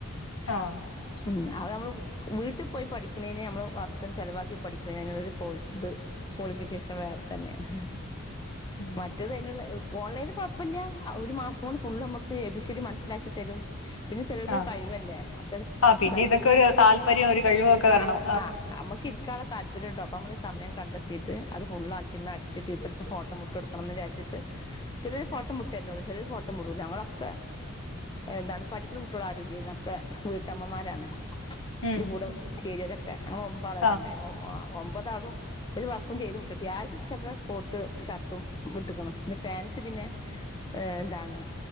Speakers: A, on the left; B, on the left.
A: ആഹ്
B: ഉം അതമ്മള് വീട്ടിൽ പോയി പഠിക്കണേന് നമ്മള് വർഷം ചെലവാക്കി പഠിക്കണേന് അങ്ങരു ഇത് ക്വാളിഫിക്കേഷൻ വേറെ തന്നെയാണ്
A: ഉം.
B: മറ്റത് അതിനുള്ള ഓൺലൈനിൽ കുഴപ്പമില്ല ഒരു മാസം കൊണ്ട് ഫുള്ള് നമുക്ക് എ ബി സി ഡി മനസ്സിലാക്കി തരും പിന്നെ ചെലർക്ക്
A: ആ.
B: കഴിവല്ലേ ഒക്കെ
A: ആ പിന്നെ
B: ഇതാക്കി
A: ഇതൊക്കെ
B: എടുക്കും
A: ഒരു താല്പര്യം, ഒരു കഴിവൊക്കെ വരണം.
B: ആ അമ്മക്ക് ഒക്ക ഇരിക്കാനുള്ള താല്പര്യംണ്ട അപ്പോ നമ്മൾ സമയ കണ്ടെത്തിയിട്ട് അത് ഫുള്ളാക്കി ഒന്ന് അടിച്ചിട്ട് ടീച്ചർക്ക് ഫോട്ടം വിട്ട് കൊടുകണംന്ന് വിചാരിച്ചിട്ട് ചിലരു
A: ഉം.
B: ഫോട്ടം വിട്ടിരുന്ന് ചിലൊരു ഫോട്ടം വിടൂല ഞങ്ങളൊക്കെ എന്താണ് പഠിക്കുന്ന കുട്ടികളാരുംല്ലേ എന്നൊക്കെ വീട്ടമ്മമാരാണ്
A: ഉം.
B: കൂടെ ചെയ്തൊരൊക്കെ അങ്ങ് ഒമ്പാളായിട്ടുണ്ടായിന
A: ആ.
B: ആഹ് ഒമ്പതാളും ഒരു വർക്കും ചെയ്ത് വിട്ടിട്ടെ ആദ്യത്തെ ദെവസൊക്കെ കോട്ട് ഷർട്ടും വിട്ടേക്കണം പി പാൻസ് പിന്നെ എന്താണ്